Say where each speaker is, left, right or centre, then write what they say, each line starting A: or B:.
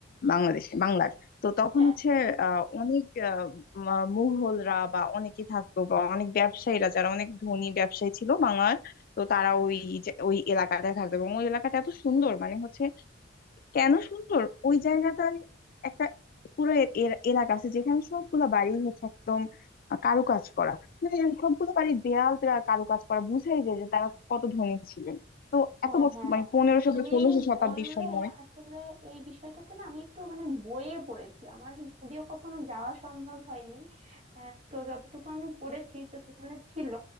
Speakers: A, on the left; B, on the right.
A: বাংলাদেশ বাংলার তো তখন
B: হ্যাঁ
A: হচ্ছে আহ অনেক আহ, মা- মুঘলরা বা অনেকে থাকতো বা অনেক ব্যবসায়ীরা যারা অনেক ধনী ব্যবসায়ী ছিল বাংলার তো তারা ওই যে- ওই এলাকাটায় থাকতো এবং ওই এলাকাটা এত সুন্দর মানে হচ্ছে কেন সুন্দর ওই জায়গাটার একটা পুরো এ- এ- এলাকা আছে যেখানে সবগুলো বাড়ি হচ্ছে একদম কারুকাজ করা মানে সবগুলো বাড়ির দেয়াল টেয়াল কারুকাজ করা বুঝাই যায় যে তারা কত ধনী ছিলেন তো
B: হ্যাঁ
A: এত বছর
B: হ্যাঁ
A: মানে পনেরোশো
B: তুমি
A: বা ষোলোশো শতাব্দীর
B: বললে
A: সময়
B: আসলে এই বিষয়টাতে না আমি একটু মানে বইয়ে পড়েছি আমার যদিও কখনো যাওয়া সম্ভব হয়নি আহ, তো যতটুকু আমি পড়েছি তো সেখানে ছিল